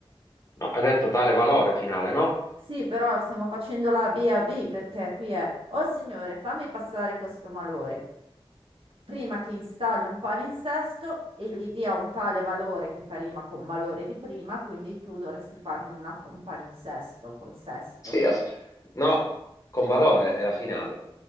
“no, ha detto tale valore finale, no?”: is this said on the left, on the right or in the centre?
Left